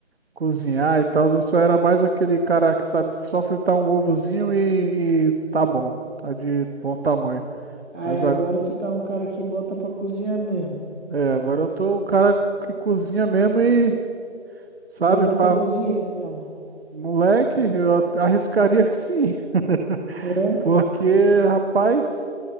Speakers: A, on the right (about 60°); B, on the right (about 80°).
A: cozinhar e tal. Eu só era mais aquele cara que sabe só fritar um ovozinho e, e tá bom, tá de bom tamanho.
B: Aí
A: Mas
B: agora
A: a-
B: tu tá um cara que bota pra cozinhar mesmo.
A: é, agora eu tô o cara que cozinha mesmo e sabe,
B: Dá pra
A: pra
B: ser cozinheiro, então.
A: moleque, eu at- arriscaria que sim. <laughs>
B: É?
A: Porque, rapaz,